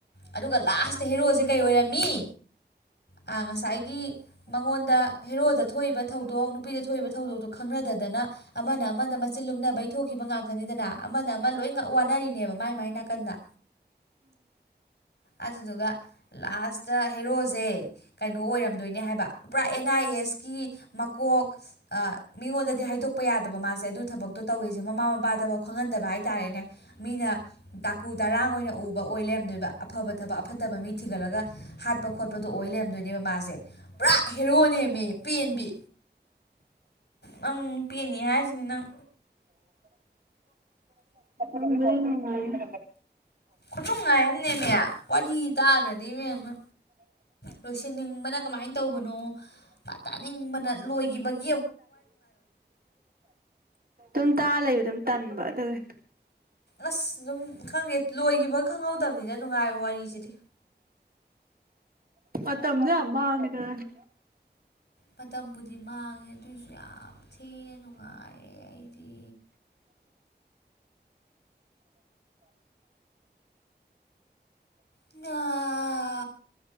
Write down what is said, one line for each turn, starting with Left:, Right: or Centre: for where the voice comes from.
Left: ꯑꯗꯨꯒ ꯂꯥꯁꯇ ꯍꯦꯔꯣꯁꯦ ꯀꯩ ꯑꯣꯏꯔꯝꯃꯤ ꯑ ꯉꯁꯥꯏꯒꯤ ꯃꯉꯣꯟꯗ ꯍꯦꯔꯣꯗ ꯊꯣꯛꯏꯕ ꯊꯧꯗꯣꯛ ꯅꯨꯄꯤꯗ ꯊꯣꯛꯏꯕ ꯊꯧꯗꯣꯛꯇꯣ ꯈꯪꯅꯗꯗꯅ ꯑꯃꯅ ꯑꯃꯗ ꯃꯆꯤꯟ ꯂꯨꯝꯅꯕꯩ ꯊꯣꯛꯈꯤꯕ ꯉꯥꯛꯇꯅꯤꯗꯅ ꯑꯃꯅ ꯑꯃ ꯂꯣꯏ ꯉ ꯋꯥꯅꯔꯤꯅꯦꯕ ꯃꯥꯏ ꯃꯥꯏ ꯅꯥꯀꯟꯗ ꯑꯗꯨꯗꯨꯒ ꯂꯥꯁꯇ ꯍꯦꯔꯣꯁꯦ ꯀꯩꯅꯣ ꯑꯣꯏꯔꯝꯗꯣꯏꯅꯦ ꯍꯥꯏꯕ ꯄꯨꯔꯥ ꯑꯦꯟ ꯑꯥꯏ ꯑꯦꯁꯀꯤ ꯃꯀꯣꯛ ꯃꯤꯉꯣꯟꯗꯗꯤ ꯍꯥꯏꯗꯣꯛꯄ ꯌꯥꯗꯕ ꯃꯥꯁꯦ ꯑꯗꯨ ꯊꯕꯛꯇꯣ ꯇꯧꯋꯁꯦ ꯃꯃꯥ ꯃꯄꯥꯗꯕꯥꯎ ꯈꯪꯍꯟꯗꯕ ꯍꯥꯏ ꯇꯥꯔꯦꯅꯦ ꯃꯤꯅ ꯗꯥꯀꯨ ꯗꯔꯥꯡ ꯑꯣꯏꯅ ꯎꯕ ꯑꯣꯏ ꯂꯩꯔꯝꯗꯣꯏꯕ ꯑꯐꯕ ꯊꯕꯛ ꯑꯐꯠꯇꯕ ꯃꯤ ꯊꯤꯒꯠꯂꯒ ꯍꯥꯠꯄ ꯈꯣꯠꯄꯗꯣ ꯑꯣꯏ ꯂꯩꯔꯝꯗꯣꯏꯅꯦꯕ ꯃꯥꯁꯦ ꯄꯨꯔꯥ ꯍꯦꯔꯣꯅꯦꯃꯤ ꯄꯦꯟꯕꯤ ꯅꯪ ꯄꯦꯟꯅꯨ ꯍꯥꯏꯁꯤꯅꯦ ꯅꯪ
Right: ꯅꯨꯡꯕꯨꯗꯤ ꯅꯨꯡꯉꯥꯏꯅꯤ
Left: ꯈꯨꯅꯨꯡꯉꯥꯏ ꯑꯃꯅꯦ ꯃꯤ ꯋꯥꯔꯤ ꯇꯥꯒ꯭ꯔꯗꯤ ꯏꯕꯦꯝꯃ ꯂꯣꯏꯁꯤꯟꯅꯤꯡꯕꯅ ꯀꯃꯥꯏꯅ ꯇꯧꯕꯅꯣ ꯇꯥꯅꯤꯡꯕꯅ ꯂꯣꯏꯘꯤꯕꯒꯤ
Right: ꯑꯗꯨꯝ ꯇꯥ ꯂꯩꯕ ꯗꯨꯝ ꯇꯟꯕ <unintelligible>
Left: ꯑꯁ ꯗꯨꯝ ꯈꯪꯗꯦ ꯂꯣꯏꯘꯤꯕ ꯈꯪꯍꯧꯗꯕꯅꯤꯗ ꯅꯨꯡꯉꯥꯏꯕ ꯋꯥꯔꯤꯁꯤꯗꯤ
Right: ꯃꯇꯝꯗ ꫭꯌꯥꯡ ꯃꯥꯡꯉꯤꯗꯅ
Left: ꯃꯇꯝꯕꯨꯗꯤ ꯃꯥꯡꯉꯦ ꯑꯗꯨꯏꯁꯨ ꯌꯥꯝ ꯊꯤꯅ ꯅꯨꯡꯉꯥꯏꯌꯦ ꯑꯩꯗꯤ ꯅꯥ